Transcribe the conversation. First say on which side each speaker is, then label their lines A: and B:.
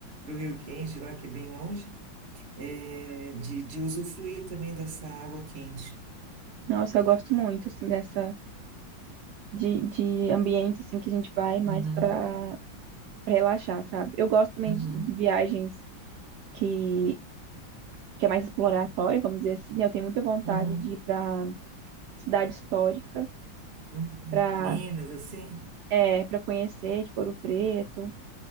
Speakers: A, on the right; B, on the right.
A: o Rio Quente, lá que é bem longe, é, de, de usufruir também dessa água quente.
B: Nossa, eu gosto muito, assim, dessa, de, de ambiente, assim, que a gente vai mais
A: Uhum,
B: pra, pra relaxar, sabe? Eu gosto também
A: uhum,
B: de, de viagens que, que é mais exploratória, vamos dizer assim. né? Eu tenho muita vontade
A: uhum,
B: de ir para cidade histórica,
A: uhum.
B: para
A: Minas, assim?
B: é, para conhecer, tipo, Ouro Preto.